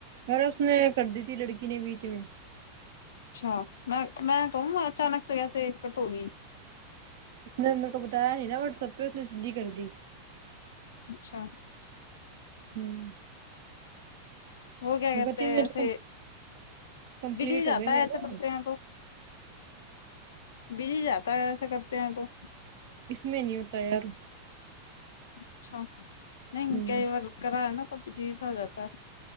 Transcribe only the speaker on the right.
خر اس نے کر دی تھی لڑکی نے بیچ میں
اس نے میرے کو بتایا نہیں نا واٹسپ پہ اس نے سیدھی کر دی
ہوں
بتی
میرے
کو کمپلیٹ
ہو گئے میرے
ہوں
اس میں نی ہو تا یار
ہوں